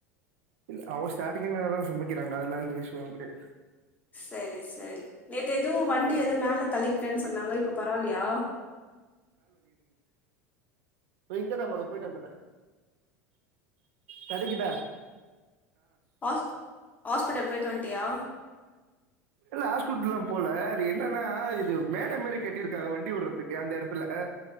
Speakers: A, on the right; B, on the left.
A: இல்ல அவுங்க ஸ்டாடிங்கே நல்லாதா சமைக்கிறாங்க அதெல்லா எந்த இஷுவு கெட
B: சரி சரி நேத்து எதூ வண்டி எதோ மேல தள்ளி தன் சொன்னாங்க இப்ப பரவாலியா
A: இங்கதா மது போய்ட்டு வந்துர்ற கடைக்கிதா
B: ஆஸ் ஆஸ்பிட்டல் பேய்ட்டு வன்ட்டியா
A: இல்ல ஆஸ்குட்டல்லா போல அது என்னன்னா இது மேட மாரி கட்டியிருக்காங்க வண்டி உடுறதுக்கு அந்த எடத்துல அ